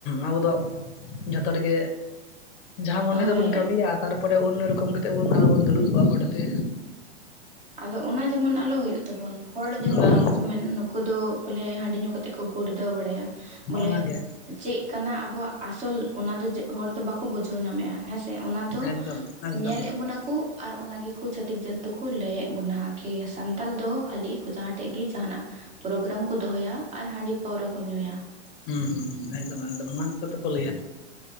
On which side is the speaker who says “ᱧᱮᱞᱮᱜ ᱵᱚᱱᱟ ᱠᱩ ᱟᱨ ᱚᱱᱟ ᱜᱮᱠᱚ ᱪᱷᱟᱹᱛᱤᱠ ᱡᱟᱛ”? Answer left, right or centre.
Right